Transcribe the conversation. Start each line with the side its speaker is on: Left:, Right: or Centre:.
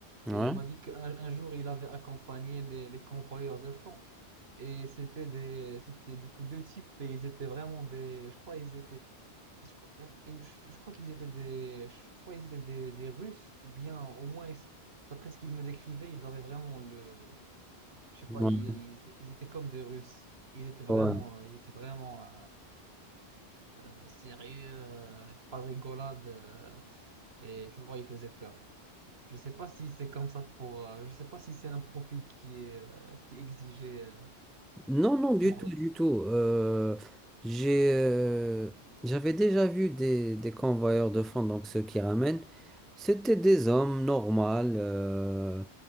Centre: Ouais.
Right: et il m'a dit qu'un un jour il avait accompagné les, les convoyeurs de fonds. Et c'était des, c'était du coup deux types et ils étaient vraiment des, je crois ils étaient, je crois, euh, ils- je crois qu'ils étaient des, soit ils étaient des, des Russes ou bien au moins ils- d'après ce qu'ils me décrivaient, ils avaient vraiment le, je sais
Centre: Ouais.
Right: pas, ils, ils- ils étaient comme des Russes. Ils étaient vraiment,
Centre: Ouais.
Right: ils étaient vraiment euh, euh, sérieux, euh, pas de rigolade. euh, et tu vois, ils faisaient peur. Je sais pas si c'est comme ça pour. euh, je sais pas si c'est un profil qui est euh, qui est exigé euh,
Centre: Non, non, du
Right: pour
Centre: tout, du tout. Euh, j'ai, euh, j'avais déjà vu des, des convoyeurs de fonds, donc ceux qui ramènent. C'était des hommes normaux, euh,